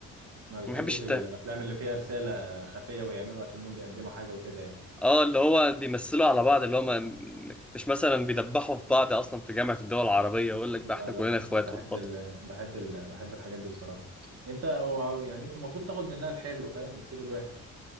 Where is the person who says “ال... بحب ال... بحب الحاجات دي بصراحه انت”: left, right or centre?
Right